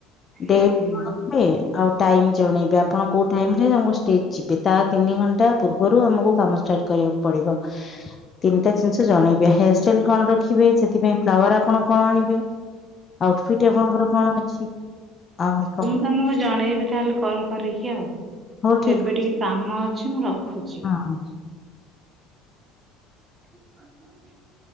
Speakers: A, on the left; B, on the right.
A: ଡେଟ
B: ହୁଁ ହୁଁ
A: କଣ ନେବେ। ଆଉ ଟାଇମ ଜଣେଇବେ ଆପଣ କୋଉ ଟାଇମ ରେ ଆମ ଷ୍ଟେଜ ଯିବେ ତା ତିନି ଘଣ୍ଟା ପୂର୍ବରୁ ଆମକୁ କାମ ଷ୍ଟାର୍ଟ କରିବାକୁ ପଡିବ, ତିନିଟା ଜିନିଷ ଜଣେଇବ ହେୟାର ଷ୍ଟାଇଲ କଣ ରଖିବେ, ସେଥିପାଇଁ ଫ୍ଲାୱାର ଆପଣ କଣ ଆଣିବେ ଆଉଟଫିଟ୍ ଆପଣଙ୍କର କଣ ଅଛି ଆଉ ମେକଅପ
B: ତୁମକୁ ଜଣେଇବି ତାହେଲେ କଲ୍ କରିକି ଆଉ
A: ହଉ ଠିକ
B: ଏବେ
A: ଅଛି
B: ଟିକେ କାମ ଅଛି ମୁଁ ରଖୁଚି।
A: ହଁ।
B: <inaudible>